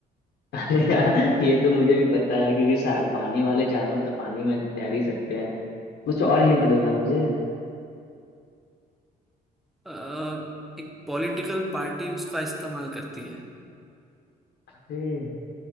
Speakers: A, on the left; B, in the centre.
A: अरे यार ये तो मुझे भी पता है क्योंकि शायद पानी वाले जानवर तो पानी में तैर ही सकते हैं कुछ और हिंट
B: हम्म,
A: दो ना मुझे
B: अ, एक पॉलिटिकल पार्टी उसका इस्तेमाल करती है
A: अरे